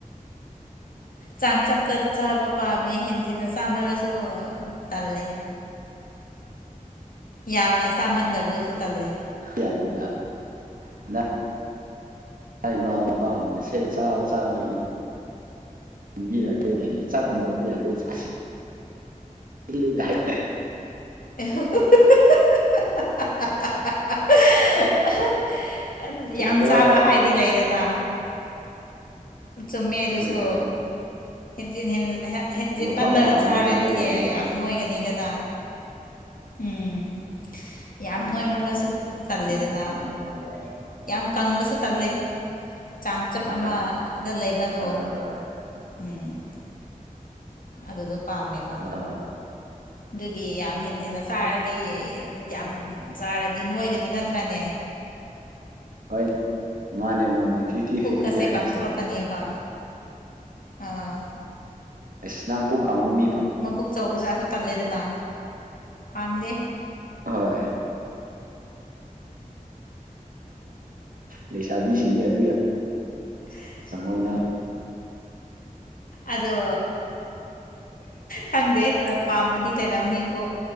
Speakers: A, on the left (about 80°); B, on the right (about 80°).
A: ꯆꯥꯡꯆꯠꯇ ꯆꯥꯕ ꯄꯥꯝꯃꯦ ꯍꯦꯟꯖꯤꯟꯅ ꯆꯥꯃꯜꯂꯁꯨ ꯇꯜꯂꯦ ꯌꯥꯝꯅ ꯆꯥꯃꯟꯗꯕꯗꯨꯁꯨ ꯇꯜꯂꯦ
B: ꯌꯥꯗꯦꯗ <inaudible> <unintelligible> <unintelligible> ꯆꯥꯛ ꯍꯨꯟꯗꯣꯛꯄ ꯌꯥꯗꯦ ꯆꯥꯁꯤ <unintelligible>
A: <unintelligible>
B: ꯆꯨꯝꯗ꯭ꯔꯣꯕ
A: ꯌꯥꯝ ꯆꯥꯕ ꯍꯥꯏꯗꯤ ꯂꯩꯗꯅ ꯆꯨꯝꯃꯦ ꯑꯗꯨꯁꯨ
B: ꯍꯣꯏꯗ ꯍꯣꯏꯗ
A: ꯍꯦꯟꯖꯤꯟ ꯍꯦꯟ ꯍ ꯍꯦꯟꯖꯤꯟ
B: ꯃꯐꯝ
A: ꯃꯜꯂ
B: ꯃꯇꯝꯗꯣ
A: ꯆꯥꯔꯗꯤ
B: ꯈꯪꯒꯗꯕꯅꯦꯕ
A: ꯌꯥꯝ ꯅꯣꯏꯒꯅꯤꯗꯅ ꯎꯝ ꯌꯥꯝ
B: ꯍꯣꯏꯅꯦ
A: ꯅꯣꯏꯃꯜꯂꯁꯨ ꯇꯜꯂꯦꯗꯅ
B: ꯎꯝ ꯃꯥꯅꯦ ꯃꯥꯅꯦ
A: ꯌꯥꯝ ꯀꯪꯕꯁꯨ ꯇꯜꯂꯦ ꯆꯥꯡꯆꯞ
B: ꯍꯣꯏ
A: ꯑꯃꯗ ꯂꯩꯕꯗꯣ
B: ꯍꯣꯏ ꯍꯣꯏ
A: ꯎꯝ ꯑꯗꯨꯗꯣ ꯄꯥꯝꯃꯦ
B: ꯑ
A: ꯑꯗꯨꯒꯤ ꯌꯥꯝ ꯍꯦꯟꯖꯤꯟꯅ ꯆꯥꯔꯗꯤ ꯌꯥꯝ ꯆꯥꯔꯗꯤ ꯅꯣꯏꯒꯅꯤ ꯅꯠꯇ꯭ꯔꯅꯦ
B: ꯍꯣꯏ ꯃꯥꯅꯦ ꯃꯥꯅꯦ ꯐꯤꯐꯇꯤ
A: ꯄꯨꯛꯀꯁꯦ
B: ꯐꯤꯐꯇꯤ ꯍꯥꯏꯔꯤꯁꯦ
A: ꯀꯪꯊꯣꯔꯛꯀꯅꯦꯕ ꯑꯥ
B: ꯑꯁ ꯅꯪ ꯄꯨꯛ ꯀꯪꯕ ꯃꯤ ꯄꯝ
A: ꯃꯕꯨꯛ ꯆꯧꯕ ꯖꯥꯠꯇꯣ ꯇꯜꯂꯦꯗꯅ ꯄꯥꯝꯗꯦ
B: ꯍꯣꯏ ꯂꯩꯁꯥꯕꯤꯁꯤꯡꯗꯤ ꯑꯗꯨ ꯌꯥꯝ
A: <inaudible>
B: ꯉꯧꯅ
A: ꯑꯗꯣ ꯈꯪꯗꯦ ꯈꯔ ꯄꯥꯃ ꯗꯤ ꯂꯩꯔꯝꯅꯤꯕꯨ